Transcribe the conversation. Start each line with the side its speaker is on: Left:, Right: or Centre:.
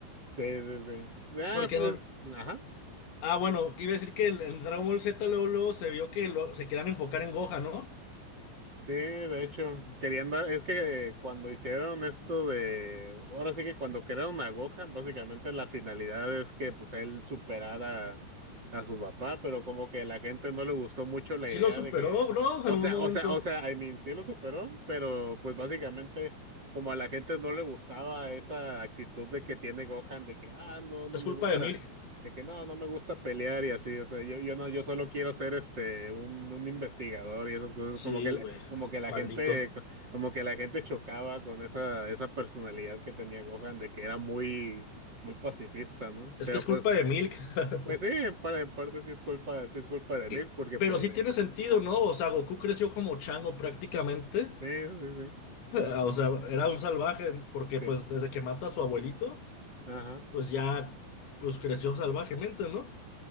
Right: Sí, sí, sí. Ah,
Left: Porque
Right: pues,
Left: en el...
Right: ajá.
Left: Ah, bueno, te iba a decir que el- en Dragon Ball Z luego, luego se vio que lo- se querían enfocar en Gohan, ¿no?
Right: Sí, de hecho, querían dar, es que cuando hicieron esto de, ahora sí que cuando crearon a Gohan, básicamente la finalidad es que pues él superara a su papá, pero como que la gente no le gustó mucho la
Left: Sí
Right: idea
Left: lo superó,
Right: de que,
Left: bro,
Right: o
Left: en un
Right: sea,
Left: momento.
Right: o sea, o sea, I mean, sí lo superó, pero pues básicamente como a la gente no le gustaba esa actitud de que tiene Gohan, de que, ah, no, no
Left: Es
Right: me
Left: culpa
Right: gusta.
Left: de Milk.
Right: De que no, no me gusta pelear y así, o sea, yo, yo no, yo solo quiero ser este un, un investigador y esas cosas,
Left: Sí,
Right: como que le-
Left: güey,
Right: como que la
Left: maldito.
Right: gente, co- como que la gente chocaba con esa, esa personalidad que tenía Gohan, de que era muy, muy pacifista, ¿no?
Left: Es
Right: Pero
Left: que es
Right: pues,
Left: culpa de Milk. <laughs>
Right: pues sí, en, par- en parte sí es culpa, sí es culpa de
Left: Y-
Right: Milk, porque
Left: Pero
Right: pues
Left: sí
Right: le,
Left: tiene sentido,
Right: Ajá.
Left: ¿no? O sea, Goku creció como chango prácticamente.
Right: sí, sí, sí,
Left: <laughs> O sea, era un salvaje porque
Right: sí,
Left: pues desde que mata a su abuelito,
Right: ajá.
Left: pues ya, pues creció salvajemente, ¿no?